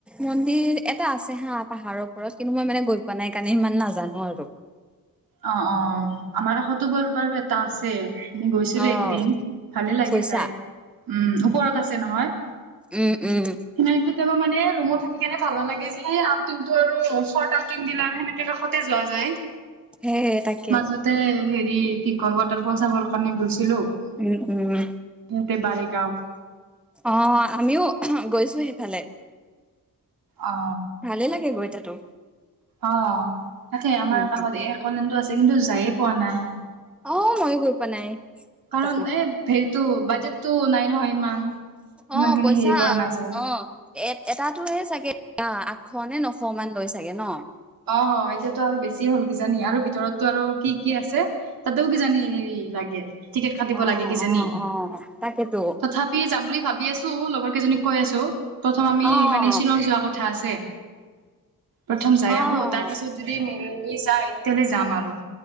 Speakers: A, in the centre; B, on the right.
A: মন্দিৰ এটা আছে হা পাহাৰৰ ওপৰত, কিন্তু মই মানে গৈ পোৱা নাই কাৰণে ইমান নাজানো আৰু। <inaudible>
B: অঁ অঁ আমাৰ কাষতো বাৰু এটা আছে, আমি গৈছিলো
A: অ'
B: একদিন। ভালে লাগে
A: গৈছা?
B: যায়, উম ওপৰত আছে নহয়।
A: উম উম।
B: সেনে কেতিয়াবা মানে ৰুমত থাকি কেনে ভাল নালাগে যে সেই <unintelligible> আৰু <unintelligible> কাষতে যোৱা যায়।
A: হে তাক
B: মাজতে হেৰি কি কৰবাত <unintelligible> ফল চাবৰ কাৰণে গৈছিলো, সিহতে
A: উম, উম,
B: বাৰেগাও
A: অঁ আমিও গৈছো সেইফালে।
B: অঁ।
A: ভালে লাগে গৈ তাতো।
B: অঁ তাকে আমাৰ
A: উম,
B: কাষত
A: উম,
B: একলেণ্ডও আছে কিন্তু যায়ে পোৱা নাই।
A: অ মইও গৈ পোৱা নাই।
B: কাৰণ
A: তাতো
B: এ হেৰিতো বাজেটটো নাই নহয় ইমান ইমানখিনি
A: অ' পইচা
B: হেৰি কৰা নাযায়
A: অ' এ এটাতোহে চাগে আঠশ নে নশ মান লয় চাগে ন?
B: অ এতিয়াতো আৰু বেছি হল কিজানি আৰু ভিতৰতটো আৰু কি কি আছে। তাতেও কিজানি হেৰি লাগে টিকেট কাটিব
A: অ',
B: লাগে কিজানি।
A: অ', অ', তাকেতো
B: তথাপিও যাম বুলি ভাবি আছো লগৰ কেইজনীক কৈ আছো। প্ৰথম আমি
A: অ',
B: মানে শ্বিলং যোৱা কথা আছে। প্ৰথম যাই
A: অ'।
B: আহো, তাৰপাছত যদি মিলি যায় তেতিয়াহ'লে যাম আৰু।